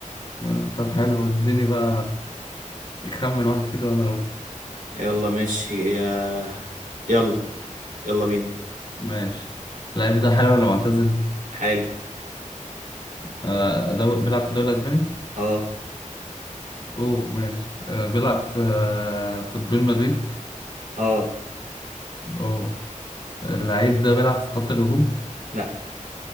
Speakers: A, on the left; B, on the right.
A: آه، طب حلو اديني بقى آه، خمن واحد كده وانا اقول
B: يلا ماشي يا يلا يلا بينا
A: ماشي اللعيب ده حلو ولا معتزل؟
B: حالي
A: آه، ده بيلعب في الدوري الاسباني؟
B: اه
A: اوه ماشي آه، بيلعب في آه، قطبين مدريد؟
B: اه
A: اوه اللعيب ده بيلعب في خط الهجوم؟
B: لا